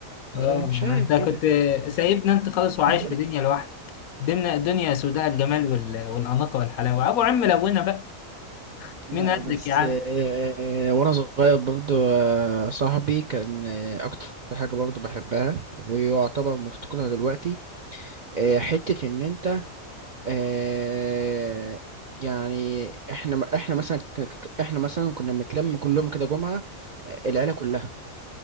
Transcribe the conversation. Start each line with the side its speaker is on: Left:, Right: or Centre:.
Right: آه،
Left: اه
Right: مش عارف
Left: ما انت كنت
Right: ايه ده
Left: سايبنا انت خالص وعايش
Right: <laughs>
Left: في دنيا لوحدك دمنا دنيا سوداء الجمال وال... والاناقه والحلاوه ابو عم لونا بقى
Right: لا
Left: مين قدك
Right: بس
Left: يا عم
Right: آه، وانا صغير برضو آه، صاحبي كان آه، اكتر حاجة برضو بحبها ويعتبر مفتقدها دلوقتي آه، حتة إن أنت آه، يعني إحنا إحنا مثلا ك- ك- إحنا مثلا كنا بنتلم كلهم كده جمعة آه، العيلة كلها